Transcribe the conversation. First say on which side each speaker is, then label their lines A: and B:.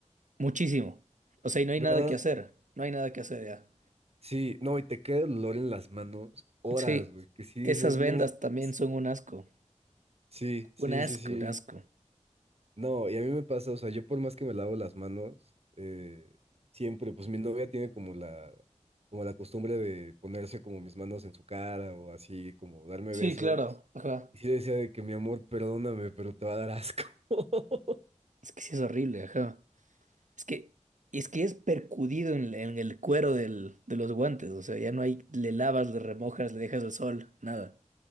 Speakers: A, on the right (about 80°); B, on the right (about 55°).
A: muchísimo. O sea, y no hay
B: ¿verdad?
A: nada que hacer, no hay nada que hacer ya.
B: Sí, no, y te queda el olor en las manos horas,
A: Sí,
B: güey, que si dices,
A: esas vendas
B: no,
A: también
B: pues,
A: son un asco,
B: sí, sí,
A: un asco,
B: sí, sí,
A: un asco.
B: no, y a mí me pasa, o sea, yo por más que me lavo las manos, eh, siempre, pues mi novia tiene como la, como la costumbre de ponerse como mis manos en su cara o así, como darme
A: Sí,
B: besos,
A: claro. Ajá.
B: y sí le decía de que mi amor, perdóname, pero te va a dar asco. <laughs>
A: Es que sí es horrible, ajá. Es que, es que es percudido en, en el cuero del, de los guantes, o sea, ya no hay, le lavas, le remojas, le dejas al sol, nada,